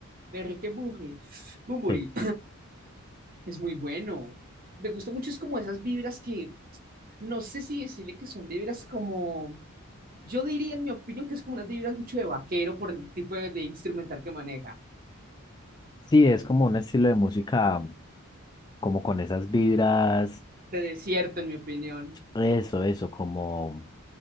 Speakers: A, on the right; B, on the left.
A: de Enrique Burri, Bunbury.
B: Sí.
A: Es muy bueno. Me gusta mucho, es como esas vibras que, no sé si decirle que son vibras como, yo diría en mi opinión que es como unas vibras mucho de vaquero por el tipo de, de instrumental que maneja.
B: Sí, es como un estilo de música como con esas vibras
A: De desierto, en mi opinión.
B: Eso, eso, como,